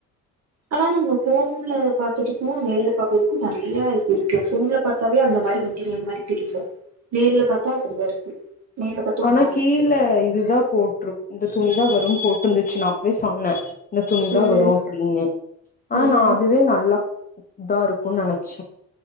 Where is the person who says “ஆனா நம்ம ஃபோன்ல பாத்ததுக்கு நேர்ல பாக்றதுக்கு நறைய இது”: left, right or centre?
Right